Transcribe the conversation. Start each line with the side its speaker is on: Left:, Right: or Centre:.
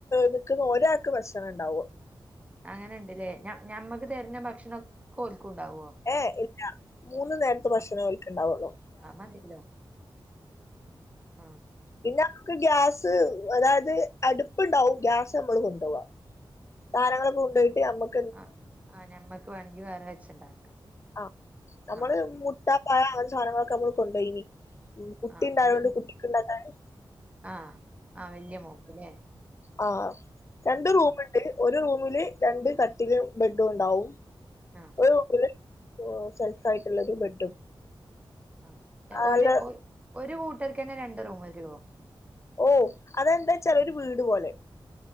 Left: നിക്കുന്ന ഒരാക്ക് ഭക്ഷണം ഇണ്ടാവും
Right: അങ്ങനെ ഇണ്ട്ലെ ഞ ഞമ്മക്ക് തരുന്ന ഭക്ഷണൊക്കെ ഓൽക്കും ഇണ്ടാവോ?
Left: ഏഹ് ഇല്ല മൂന്ന് നേരത്തെ ഭക്ഷണം ഓൽക്ക് ഇണ്ടാവൊള്ളു
Right: ആ മതിലിലോ ആഹ്
Left: പിന്നെ നമുക്ക് ഗ്യാസ് അതായത് അടുപ്പുണ്ടാവും ഗ്യാസ് നമ്മള് കൊണ്ടുപോകുവാ സാധങ്ങളൊക്കെ കൊണ്ട്‌ പോയിട്ട് നമ്മ-
Right: ആഹ് ആ ഞമ്മക്ക് വേണമെങ്കി വേറെ വെച്ചുണ്ടാക്കാം
Left: ആഹ് നമ്മള്
Right: ആഹ്
Left: മുട്ട പഴം അങ്ങനത്തെ സാധനങ്ങളൊക്കെ നമ്മള് കൊണ്ടുപോയിനി കുട്ടിയിണ്ടായോണ്ട്
Right: ആഹ് ഇത്
Left: കുട്ടിക്കുള്ളതാണ്
Right: ആഹ് ആ വലിയ മോക്ക്‌യില്ലേ
Left: ആ രണ്ട് റൂമ് ഇണ്ട് ഒരു റൂമില് രണ്ട് കട്ടില് ബെഡും ഉണ്ടാവും
Right: ആഹ്
Left: <unintelligible> സെൽഫ്‌ ആയിട്ടുള്ളരു ബെഡും
Right: ആ
Left: അല്ല
Right: ഒ ഒരു കൂട്ടർക്ക് തന്നെ രണ്ട് റൂം വരുവോ
Left: ഓ അതെന്താ ചെറിയ ഒരു വീട് പോലെ